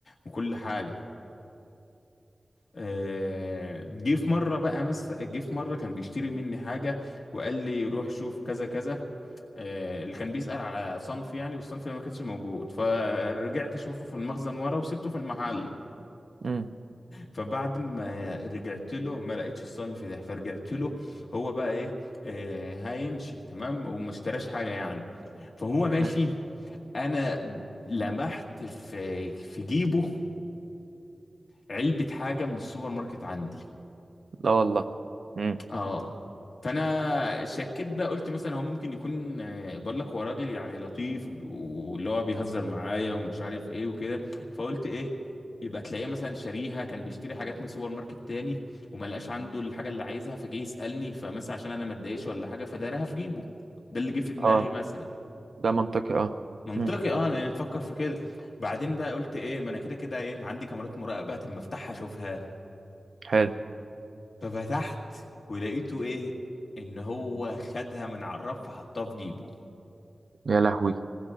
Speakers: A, on the left; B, on the right.
A: وكل حاجة آه، جه في مره بقى مس جه في مره كان بيشتري مني حاجه وقال لي روح شوف كذا كذا آه، اللي كان بيسأل على صنف يعني والصنف اللي ما كانش موجود فرجعت اشوفه في المخزن ورا وسبته في المحل
B: مم.
A: فبعد ما رجعت له ما لقيتش الصنف ده فرجعت له هو بقى ايه آه هيمشي تمام وما اشتراش حاجة يعني فهو ماشي
B: إيه.
A: انا لمحت في في جيبه علبة حاجة من السوبر ماركت عندي
B: لا والله امم
A: اه فانا شكيت بقى قلت مثلا هو ممكن يكون آه، بقول لك هو راجل يعني لطيف وب- واللي هو بيهزر معايا ومش عارف ايه وكده فقلت ايه يبقى تلاقيه مثلا شاريها كان بيشتري حاجات من سوبر ماركت تاني وما لقاش عنده الحاجه اللي عايزها فجه يسالني فمثلا عشان انا ما اتضايقش ولا حاجه فدايرها في جيبه ده اللي جه في دماغي
B: اه
A: مثلا
B: ده منطقي اه
A: منطقي
B: امم
A: اه لان تفكر في كده بعدين بقى قلت ايه ما انا كده كده ايه عندي كاميرات مراقبه طب ما افتحها اشوفها
B: حلو
A: ففتحت ولقيته ايه ان هو خدها من على الرف وحطها في جيبه
B: يا لهوي